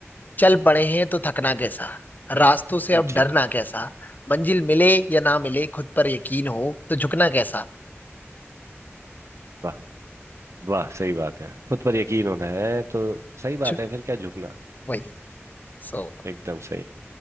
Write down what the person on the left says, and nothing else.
चल पड़े हैं तो थकना कैसा रास्तों से अब
डरना कैसा मंजिल मिले या ना मिले खुद पर यकीन हो तो झुकना कैसा
छु-
वही सो